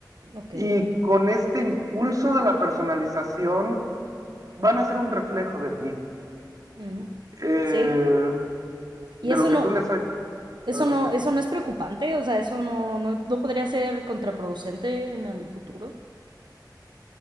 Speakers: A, on the right; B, on the right.
A: ok.
B: Y con este impulso de la personalización, van a ser un reflejo de ti,
A: Mm.
B: eh,
A: Sí. Y
B: de
A: eso
B: lo que
A: no,
B: tú les... ha-
A: Eso
B: Adelante.
A: no, eso no es preocupante, o sea, eso no, no, no podría ser contraproducente en el futuro.